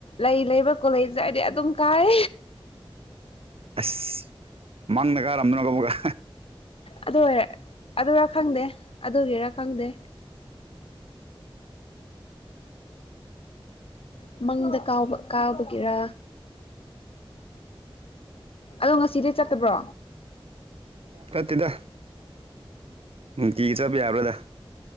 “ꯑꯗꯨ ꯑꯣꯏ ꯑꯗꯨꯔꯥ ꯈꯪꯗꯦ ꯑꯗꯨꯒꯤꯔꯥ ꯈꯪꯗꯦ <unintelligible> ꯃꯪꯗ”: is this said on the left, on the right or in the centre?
Left